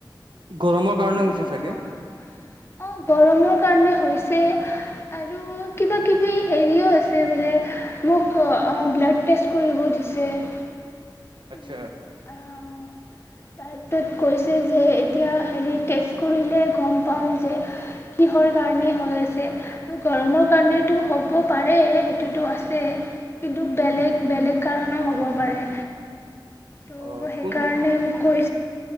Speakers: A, on the right; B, on the left.
A: গৰমৰ কাৰণে
B: <unintelligible>
A: হৈছে চাগে
B: অ', গৰমৰ কাৰনে হৈছে আৰু কিবা কিবি হেৰিয়ো আছে বোলে। মোক অ', ব্লাড টেষ্ট কৰিব দিছে। <unintelligible>
A: আচ্ছা
B: তাইৰ তাত কৈছে যে, এতিয়া হেৰি টেষ্ট কৰিলে গম পাম যে, কিহৰ কাৰণে হৈ আছে। আৰু গৰমৰ কাৰণেটো হব পাৰে, সেইটোতো আছে কিন্তু বেলেগ বেলেগ কাৰণো হব পাৰে। <unintelligible>
A: অ
B: সেইকাৰণে
A: কোনটো
B: মো <unintelligible>